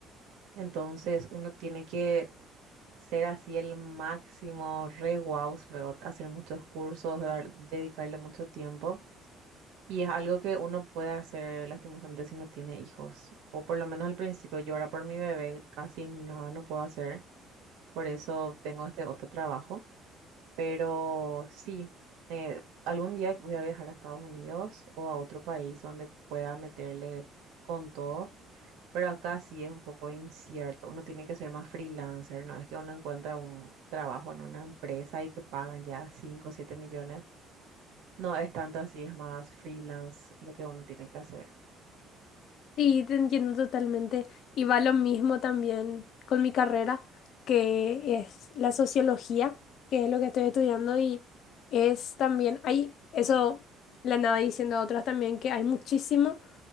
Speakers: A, on the right; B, on the left.
A: Entonces uno tiene que ser así el máximo, re guau, luego hacer muchos cursos, dar- dedicarle mucho tiempo. Y es algo que uno puede hacer lastimosamente si no tiene hijos, o por lo menos al principio. Yo ahora por mi bebé casi nada no puedo hacer, por eso tengo este otro trabajo. Pero sí, eh, algún día voy a viajar a Estados Unidos o a otro país donde pueda meterle con todo pero acá sí es un poco incierto. Uno tiene que ser más freelancer, ¿no? Es que uno encuentra un trabajo en una empresa y te pagan ya 5, o 7 millones. No es tanto así, es más freelance lo que uno tiene que hacer.
B: Sí, te entiendo totalmente. Y va lo mismo también con mi carrera, que es la sociología, que es lo que estoy estudiando y es también, hay, eso le andaba diciendo a otras también, que hay muchísimo